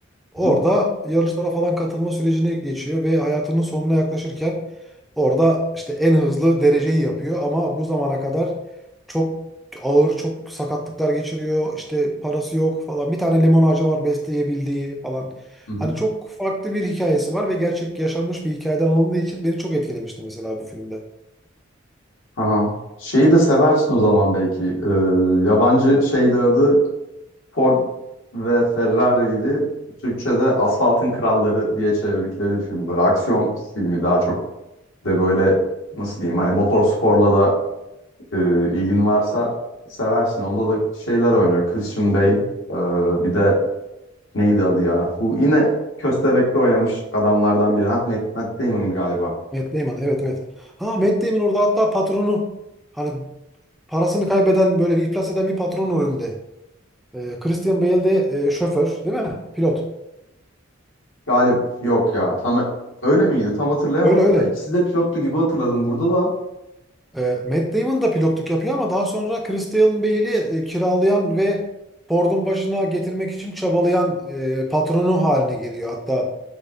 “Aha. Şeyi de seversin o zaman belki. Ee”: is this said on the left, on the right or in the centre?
Left